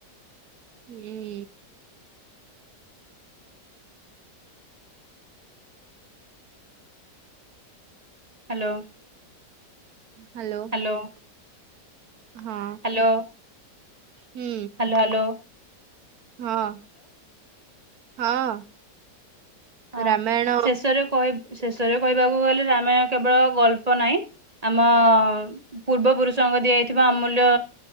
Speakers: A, on the right (about 65°); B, on the right (about 30°).
A: ହୁଁ।
B: ହ୍ୟାଲୋ।
A: ହ୍ୟାଲୋ।
B: ହ୍ୟାଲୋ।
A: ହଁ
B: ହ୍ୟାଲୋ
A: ହୁଁ
B: ହଲୋ ହଲୋ।
A: ହଁ ହଁ।
B: ହଁ
A: ରାମାୟଣ
B: ଶେଷରେ କଇବ୍ ଶେଷରେ କହିବାକୁ ଗଲେ ରାମାୟଣ କେବଳ ଗଳ୍ପ ନାହିଁ ଆମ ପୂର୍ବ ପୁରୁଷଙ୍କ ଦିଆଯାଇଥିବା ଅମୂଲ୍ୟ